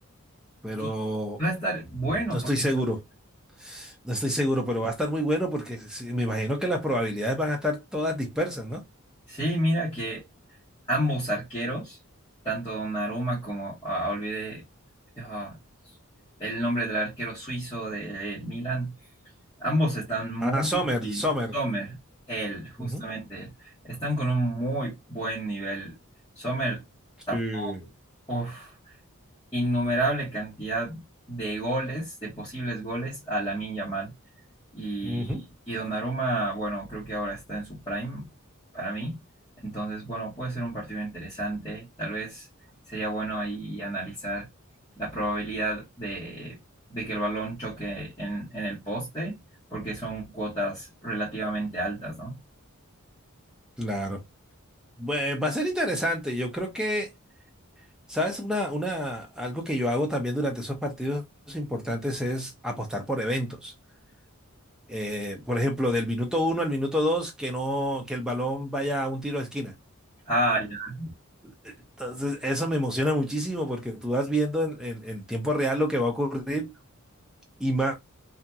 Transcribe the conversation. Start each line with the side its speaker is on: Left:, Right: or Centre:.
Centre: pero
Left: Y va a estar bueno
Centre: no estoy
Left: porque
Centre: seguro,
Left: está-
Centre: no estoy seguro, pero va a estar muy bueno porque sí, me imagino que las probabilidades van a estar todas dispersas, ¿no?
Left: sí, mira que ambos arqueros, tanto Donnarumma como ah, olvidé ah, el nombre del arquero suizo del Milan, ambos están muy
Centre: Ah, Sommer,
Left: bien.
Centre: Sommer.
Left: Sommer, él, justamente
Centre: Ujú.
Left: él, están con un muy buen nivel. Sommer, tapó.
Centre: Sí.
Left: Uf. innumerable cantidad de goles, de posibles goles a Lamine Yamal. Y,
Centre: Ujú,
Left: y Donnarumma, bueno, creo que ahora está en su prime para mí. Entonces, bueno, puede ser un partido interesante. Tal vez sería bueno ahí analizar la probabilidad de, de que el balón choque en, en el poste, porque son cuotas relativamente altas, ¿no?
Centre: Claro. Bue- va a ser interesante. Yo creo que ¿Sabes? Una, una, algo que yo hago también durante esos partidos importantes es apostar por eventos. Eh, por ejemplo, del minuto uno al minuto dos, que no, que el balón vaya a un tiro de esquina.
Left: Ah, ya.
Centre: Entonces, eso me emociona muchísimo porque tú vas viendo en, en- en tiempo real lo que va a ocurrir. y más